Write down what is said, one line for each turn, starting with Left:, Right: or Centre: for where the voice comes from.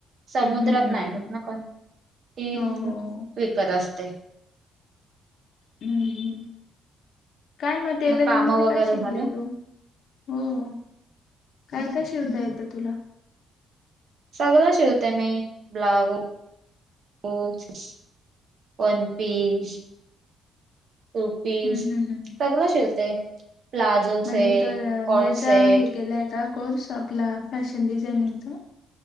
Right: समुद्रात
Left: हम्म हम्म
Right: नाही जात ना कोण ती
Left: हो हो
Right: विकत असते.
Left: हम्म हम्म... काय मग टेलरिंग
Right: काम
Left: मध्ये
Right: वगैरे
Left: काय शिकली
Right: झालं
Left: तू? हो... काय काय शिवता येतं तुला?
Right: सगळ शिवते मी ब्लाऊज, पोच, पनपिस, टोपी,
Left: हम्म हम्म हम्म
Right: सगळ शिवते. प्लाझो सेट,
Left: म्हणजे, तर
Right: कॉट
Left: याचा
Right: सेट
Left: हे केलंय का? कोर्स आपला फॅशन डिझायनिंगचा.